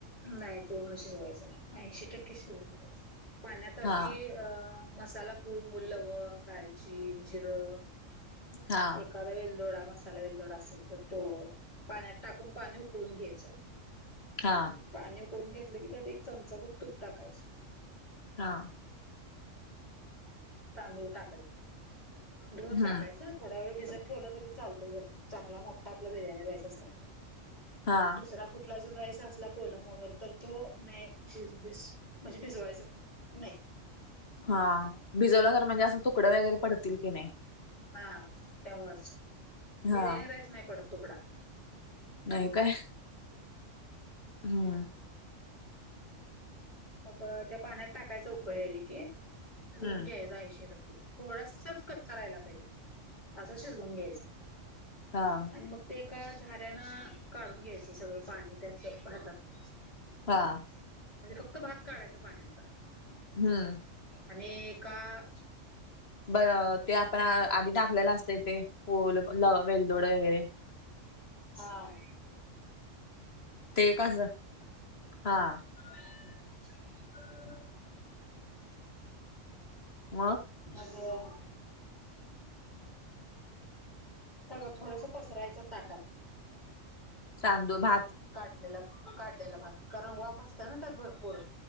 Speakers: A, on the left; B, on the left.
A: नाहीं पूर्ण शिजवायचं नाहीं ऐंशी टक्के शिजवूंन घ्यायचं पाण्यांत
B: हा
A: आंधी अं मसांला कोबू लवंग दालचीन जिरं
B: हां
A: एखादां वेलदोडा मसांला वेलदोडा असेल तरं तो पाण्यांत टाकूंन पाणी उकळूंन घ्यायचं
B: हां
A: पाणी उूकळुंन घेतलं की त्यांत एक चमचा भरं तूंप टाकायचं
B: हां.
A: तांदूळ टाकायचं. धुवूंन
B: हम्म
A: टाकायचं. थोडां वेळं भिजतं ठेवलं तरी चालतंय. जरं चांगला मोठा. आपला बिर्याणी राईस असला तरं.
B: हा
A: दुसरां कुंठला जरं राईस असलां. कोलम वगैरें तरं तो नाहीं शीज वायचं म्हणजे भिजवांयचं नाहीं
B: हां भिजवलां तरं म्हणजे असं. तुकडं वगैरें पडतील की नाहीं.
A: हां त्यांमुळेच.
B: हा
A: बिर्याणी राईस नाहीं पडतं. तुकडां.
B: नाहीं कायं. हम्मं.
A: गज <unintelligible> <unintelligible> मंग त्यां पाण्यांत टाकांयचा. उकळी आली की. शिजवूंन
B: हम्म
A: घ्यायचां. ऐशे टक्के. थोडांसाचं कच्चां राहियला पाहिजे. असं शिजवूंन घ्यायचां.
B: हां.
A: आणि मंग ते एकां झाऱ्यांन काढूंन घ्यायचं सगळं पाणी. त्यातलं. भातातलं.
B: हां.
A: म्हणजे फक्तं. भात काढायचं पाण्यांतला.
B: हम्म
A: आणि एकां
B: बरं ते आपणं आंधी टाकलेलं असतं ते फूलं लं वेलदोडे वगैरें.
A: हां.
B: ते कसं. हां.
A: हम्मं <unintelligible>
B: मंग.
A: अवं सगंळ थोडंसं पसरायचं ताटांत.
B: तांदूळ भांत.
A: काढलेला. काढलेला भांत. कारणं वांफ असतं नां त्यांत. भरंपूर.